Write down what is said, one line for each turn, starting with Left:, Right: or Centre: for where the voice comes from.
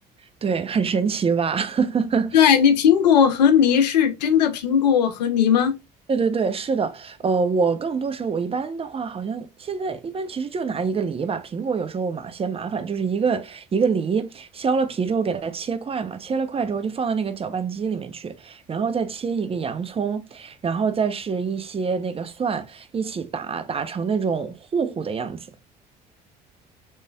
Right: 对，很神奇吧？<laughs>
Left: 对，你苹果和梨是真的苹果和梨吗？
Right: 对对对，是的，呃，我更多时候我一般的话，好像现在一般其实就拿一个梨吧，苹果有时候我嘛嫌麻烦，就是一个一个梨削了皮之后给它切块嘛，切了块之后就放到那个搅拌机里面去，然后再切一个洋葱，然后再是一些那个蒜一起打打成那种糊糊的样子，